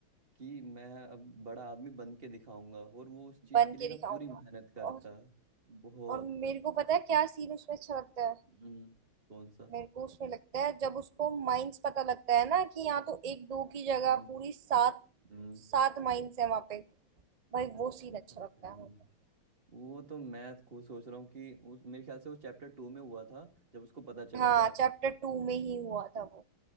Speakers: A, on the right; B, on the right.
A: कि मैं अब बड़ा आदमी बन के दिखाऊंगा और वो उस चीज
B: बन
A: के लिए
B: के
A: ना
B: दिखाऊंगा
A: पूरी मेहनत करता
B: और
A: है बहुत
B: और मेरे को पता है क्या सीन उसमें अच्छा लगता है
A: हम्म, कौन सा
B: मेरे को उसमें लगता है जब उसको माइंस पता लगता है ना कि यहाँ तो एक दो की जगह
A: हम्म,
B: पूरी सात
A: हम्म,
B: सात माइंस है वहां पे भाई वो सीन अच्छा
A: हम्म।
B: लगता है मुझे।
A: वो तो मैं खुद सोच रहा हूँ कि उस मेरे ख्याल से वो चैप्टर टू में हुआ था जब उसको पता चला
B: हाँ
A: था
B: चैप्टर टू में ही हुआ था वो